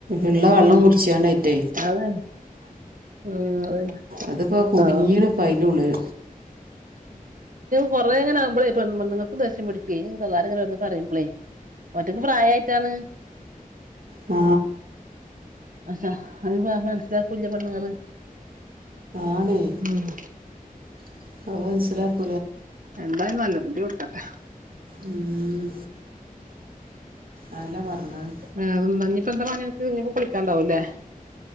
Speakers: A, on the right; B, on the right.
A: ഇള്ള
B: ആഹ്
A: വെള്ളം കുടിച്ചാണ്ട്
B: അതാണ് ഉം അതന്നെ
A: അതിപ്പോ കുടുങ്ങീണപ്പയിന്തോള്ളിൽ
B: പാവം കൊറെങ്ങനെ ആകുമ്പളേ പെണ്ണുങ്ങൾകും ദേഷ്യം പിടികയേം തള്ളാരിങ്ങനെ ഓരോനിങ്ങനെ പറിമ്പ ളേ ഒറ്റക്ക് പ്രയായിട്ടാണ്
A: ആ
B: അഷാ അത് പാർപാർത്തിക്കുംല്ലേ പണ്ണുങ്ങള്
A: ആണേ
B: ആം
A: <inaudible>
B: എന്തായാലും നല്ല ബുദ്ധി കൊടുക്കട്ടെ
A: ഉം അതല്ലേ പറഞ്ഞത്
B: ആ <unintelligible> പന്താ പണിനക് കുളിക്കാണ്ടാവുംല്ലേ